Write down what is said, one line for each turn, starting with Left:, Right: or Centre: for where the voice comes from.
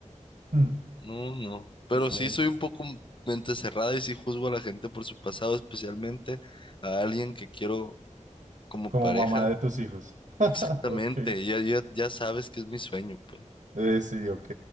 Right: Mm.
Left: no, no. Pero
Right: Es muy,
Left: sí soy un poco mente cerrada y sí juzgo a la gente por su pasado, especialmente a alguien que quiero como
Right: como
Left: pareja.
Right: mamá de tus hijos. <laughs>
Left: Exactamente,
Right: Ok.
Left: ya, ya, ya sabes que es mi sueño, pues.
Right: Eh, sí, ok.